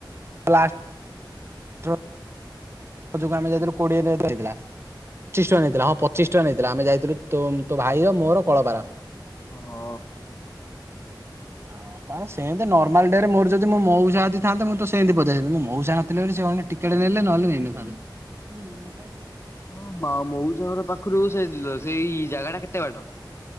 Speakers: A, on the right; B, on the left.
A: ଲାଷ୍ଟ ର ତୋ ଯୋଗୁ ଆମେ ଯାଇଥିଲୁ କୋଡିଏ ନେଟ ହେଇଥିଲା। ପଚିଶ ଟଙ୍କା ନେଇଥିଲା ହଁ ପଚିଶ ଟଙ୍କା ନେଇଥିଲା ଆମେ ଯାଇଥିଲୁ ତୋମ ତୋ ଭାଇର ମୋର କଳକାର।
B: ଓ ହୋ
A: ହଁ ହଁ ତାର ସେମିତି ନର୍ମାଲ ଡେରେ ମୋର ଯଦି ମୋ ମଉସା ଆଦିଥାନ୍ତେ ମୁଁ ତ ସେମିତି ପଚାଇଯାଇଥାନ୍ତି ମୋ ମଉସା ନଥିଲେ ବୋଲି ସେମାନେ ଟିକ କେଡେ ନେଲେ ନହେଲେ ନେଇନଥାନ୍ତେ <inaudible>
B: ତମ ମା ମଉସା ଘର ପାଖୁରୁ ସେ <unintelligible> ସେଇ ଜାଗାଟା କେତେ ବାଟ।